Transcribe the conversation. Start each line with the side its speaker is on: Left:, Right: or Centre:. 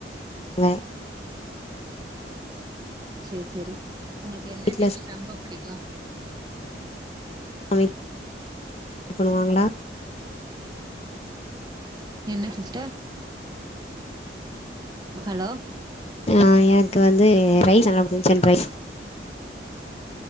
Left: வ
Right: சேர் சேரி உங்களுக்கு என்ன
Left: வீட்ல
Right: டிஷ் ரொம்ப பிடிக்கு
Left: <unintelligible> பண்ணுவாங்களா
Right: என்ன சிஸ்ட ஹலோ
Left: ஆ எனக்கு வந்து ரைஸ் நல்லா பிடிக்கு சிக்கன் ரைஸ்